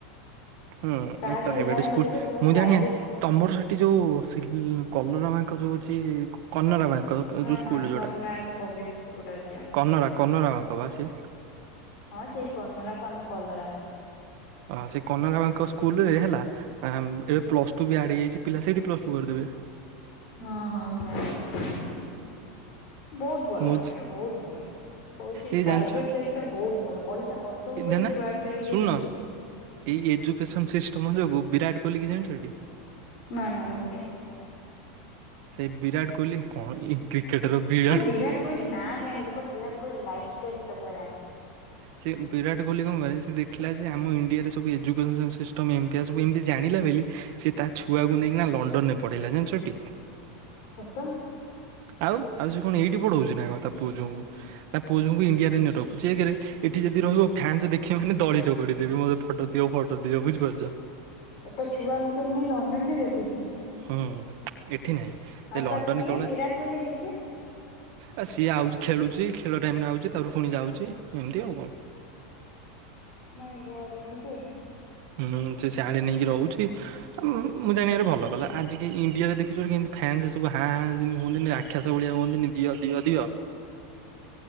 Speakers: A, on the right (about 55°); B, on the left (about 50°).
A: ହୁଁ
B: ତାଠୁ
A: ପ୍ରାଇଭେଟ୍
B: ଏମାନେ
A: ସ୍କୁଲ୍
B: ବୋଧେ ସବୁ
A: ମୁଁ
B: ପ୍ରାଇଭେଟ
A: ଜାଣିବାରେ
B: ସ୍କୁଲ
A: ତୁମର ସେ ଏଠି ଯୋଉ କଲରା ମାଙ୍କ ଯୋଉ ଅଛି କନରା ବାଙ୍କ <unintelligible>
B: ହଁ
A: ଯେଉଁ ସ୍କୁଲ
B: ହଁ
A: ଯେଉଁଟା
B: କଲରାଙ୍କ ପବ୍ଲିକ ସ୍କୁଲ ଗୋଟେ ଅଛି ଆଉ।
A: କନରା କନରା ବାଙ୍କ ବା ସେ
B: ହଁ ସେଇ କର୍ନରାକୁ ଆମେ କଲରା କୋଉ।
A: ହଁ ସେ କନରା ବାଙ୍କ ସ୍କୁଲରେ ହେଲା ଏବେ ପ୍ଲସ୍ ଟୁ ବି ଆଡ଼୍ ହେଇ ଯାଇଛି ପିଲା ସେଠି ପ୍ଲସ୍ ଟୁ କରିଦେବେ।
B: ହଁ, ହଁ ମୁଁ ଜାଣିଚି। ବହୁତ୍ ଭଲ
A: ମୁଁ
B: ବହୁତ୍ ଭଲ ମୁଁ କହୁଛି
A: ଏଇ
B: ପ୍ରାଇଭେଟ୍
A: ଜାଣିଛ
B: ସେକ୍ଟର ବହୁତ୍ ଭଲ ପଇସା କ ଉପରେ
A: ଦେନା
B: ଛୁଆ ଆକ୍ଚୁଲି କିଛି
A: ଶୁଣୁନ
B: ଶିଖିବେ <unintelligible>
A: ଏଇ ଏଜୁକେସନ ସିଷ୍ଟମ ଯୋଗୁ ବିରାଟ କୋହଲିକି ଜାଣିଚଟି
B: ନା ନା ମୁଁ ବିରାଟ କୋହେଲି ଜାଣିନି।
A: ସେ ବିରାଟ୍ କୋହଲି କଣ ଏ କ୍ରି କ୍ରିକେଟ୍ ବି <unintelligible>
B: ହଁ ବିରାଟ୍ କୋହଲି ନାଁ ଜାଣିଚି ବଟ୍ ବିରାଟ କୋହଲି ଲାଇ ଷ୍ଟୋରି କଥା ଜାଣିନି।
A: ସେ ବିରାଟ କୋହଲି କଣ କହିବ ସେ ଦେଖିଲା ଯେ ଆମ ଇଣ୍ଡିଆରେ ସବୁ ଏଜୁକେସନ୍ ସିଷ୍ଟମ୍ ଏମିତିଆ ସବୁ ଏମିତି ଜାଣିଲା ବୋଲି ସେ ତା ଛୁଆକୁ ନେଇକିନା ଲଣ୍ଡନ ରେ ପଢିଲା ଜାଣିଚିଟି।
B: ସତ।
A: ଆଉ ଆଉ ସେ କଣ ଏଇଠି ପଢ଼ଉଛି ନା କଣ ତା ପୁଅ ଝଉଙ୍କୁ ତା ପୁଅ ଝଅଙ୍କୁ ଇଣ୍ଡିଆ ନେଇ ରଖଛି ଏକ୍ ରେ ଏଠି ଯଦି ରହିବ ଫ୍ୟାନ୍ସ ଦେଖିବେ ମାନେ ଦଳି ଚକଡ଼ି ଦେବେ ମତେ ଫଟୋ ଦଅ ଫଟୋ ଦିଅ ବୁଝିାରୁଚ।
B: ତା ଛୁଆଙ୍କୁ ସବୁ ନେଇ ଲଣ୍ଡନ ରେ ରଖିଚି।
A: ହୁଁ ଏଠି ନାହିଁ ଏ
B: ଆଉ
A: ଲଣ୍ଡନ
B: ତା ସିଏ
A: କେବଳ
B: ବିରାଟ କୋହଲି ନିଜେ
A: ଆ ସିଏ ଆଉଛି ଖେଳୁଛି ଖେଳ ଟାଇମ୍ ରେ ଆଉଛି ତାପରେ ପୁଣି ଯାଉଛି ଏମିତି ଆଉ କଣ।
B: ମାଇଁ ଗଡ୍ ଏମିତି।
A: ହୁଁ, ସେ ସିଆଡେ ନେଇକି ରହୁଛି। ଆ ମୁଁ ଜାଣିବାରେ ଭଲ କଲା ଆଜି କାଲି ଇଣ୍ଡିଆରେ ଦେଖିଛ କେମିତି ଫ୍ୟାନ୍ସ ସବୁ ହାଁ ହାଁ ଯେମିତି ହୁହନ୍ତି ନି ରା <unintelligible> ରାଖ୍ୟାସ ଭଳିଆ ହୁଅନ୍ତିନି ଦିଅ ଦିଅ ଦିଅ